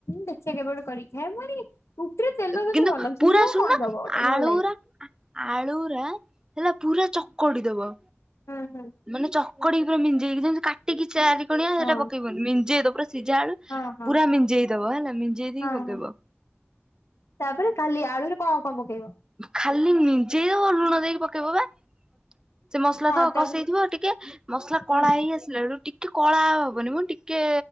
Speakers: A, on the left; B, on the right.
A: ଦେଖିବା କେବେ ଗୋଟେ କରିକି ଖାଇବା। ମୁଁ ଟିକେ ରୁଟି ରେ ତେଲ ଦେଲେ
B: କିନ୍ତୁ
A: ଭଲ ଲଗ,
B: ପୁରା
A: ଘିଅ
B: ଶୁଣୁନ
A: କଣ ଦବ ଗୋଟେ
B: ଆଳୁରା
A: ଭଲ ଲାଗିବ।
B: ଆଳୁରା ସେଟା ପୁରା ଚକଡି ଦବ।
A: ହଁ ହଁ।
B: ମାନେ ଚକଡି କି ପୁରା ମିଞ୍ଜେଇକି ଯେମିତି କାଟିକି ଚାରି କଣିଆ
A: ହଁ
B: ସେଟା ପକେଇବନି, ମିଞ୍ଜେଇଦବ ପୁରାସିଝା ଆଳୁ
A: ହଁ ହଁ
B: ପୁରା ମିଞ୍ଜେଇ ଦବ ହେଲା ମିଂଜେଇ ଦେଇକି
A: ହଁ
B: ପକେଇବ।
A: ହଁ ତାପରେ ଖାଲି ଆଳୁରେ କଣ କଣ ପକେଇବ?
B: ଖାଲି ମିଞ୍ଜେଇ ଦବ ଲୁଣ ଦେଇକି ପକେଇବ ବା? ସେ ମସଲା
A: ହଁ
B: ତ
A: ତାପରେ
B: କଷେଇ ଥିବ ଟିକେ ମସଲା କଳା
A: ହୁଁ
B: ହେଇ ଆସି ଲା ବେଳୁ ଟିକେ କଳା ହବନି ମୁଁ ଟିକେ